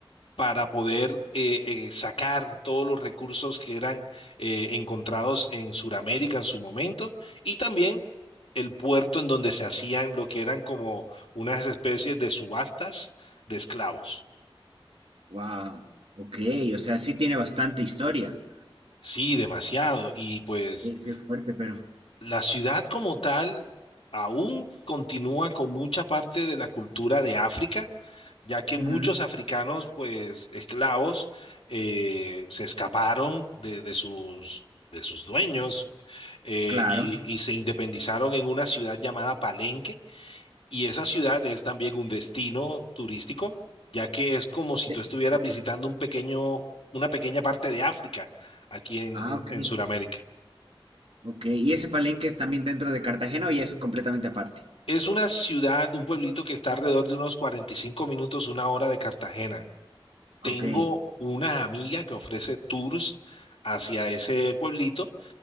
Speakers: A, on the left; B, on the right.
A: para poder eh, eh, sacar todos los recursos que eran eh, encontrados en Sudamérica en su momento y también el puerto en donde se hacían lo que eran como unas especies de subastas de esclavos.
B: Wow. Ok, o sea, sí tiene bastante historia.
A: Sí, demasiado. Y pues
B: Eh, qué fuerte, pero.
A: la ciudad como tal aún continúa con mucha parte de la cultura de África, ya que
B: ujú,
A: muchos africanos, pues esclavos, eh, se escaparon de, de sus, de sus dueños eh,
B: Claro.
A: y, y se independizaron en una ciudad llamada Palenque. Y esa ciudad es también un destino turístico, ya que es como si
B: Sí.
A: tú estuvieras
B: Ok.
A: visitando un pequeño, una pequeña parte de África aquí en,
B: Ah,
A: en,
B: ok,
A: en Sudamérica.
B: ok. ¿Y ese palenque es también dentro de Cartagena o ya es completamente aparte?
A: Es una ciudad, un pueblito que está alrededor de unos 45 minutos, una hora de Cartagena. Tengo
B: Ok,
A: una amiga que ofrece tours hacia ese pueblito